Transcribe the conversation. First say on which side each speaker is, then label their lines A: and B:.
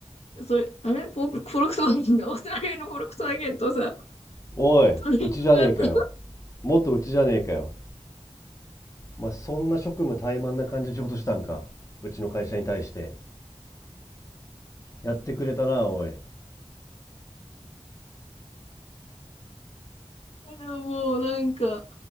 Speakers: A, on the left; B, on the left.
A: それ、あれフォ、フォルクスワーゲンだ。オーストラリアのフォルクスワーゲンとさ、
B: おい、
A: トレーニングがあった
B: うちじゃねえかよ。もっとうちじゃねえかよ。まあそんな職務怠慢な感じで仕事したんか。うちの会社に対して。やってくれたな、おい。
A: けど、もうなんか、